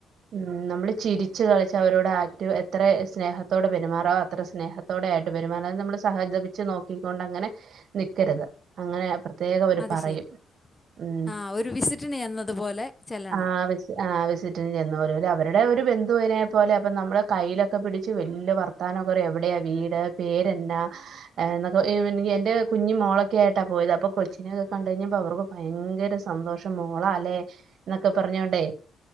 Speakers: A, on the right; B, on the left.
A: ഉം നമ്മള് ചിരിച്ച് കളിച്ച് അവരോട് ആക്റ്റ് എത്ര സ്നേഹ- ത്തോടെ പെരുമാറാവൊ അത്ര സ്നേഹത്തോടെ ആയിട്ട് പെരുമാറാൻ നമ്മള് സഹതപിച്ച് നോക്കിക്കൊണ്ട് അങ്ങനെ നിക്കരുത് അങ്ങനെ പ്രത്യേകം അവര്
B: അത്
A: പറയും
B: ശരി
A: ഉം
B: ആ ഒരു വിസിറ്റിന് എന്നതുപോലെ ചെല്ലണം
A: ആഹ് ആഹ് വിസിറ്റിന് ചെന്ന പോലെ അവരുടെ ഒരു ബന്ധുവിനെ പോലെ അപ്പ നമ്മുടെ കയ്യിലൊക്കെ പിടിച്ച് വല്ല്യ വർത്താനമൊക്കെ പറയു എവിടെയ വീട് പേരെന്ന എന്നൊക്ക എന്റെ കുഞ്ഞു മോളൊക്കെ ആയിട്ടാ പോയത് അപ്പൊ കൊച്ചിനെ കണ്ണ്ട് കഴിഞ്ഞപ്പോ അവർക്കൊ ഭയങ്കര സന്തോഷം മോളാ ല്ലെ എന്നൊക്കെ പറഞ്ഞോണ്ടേ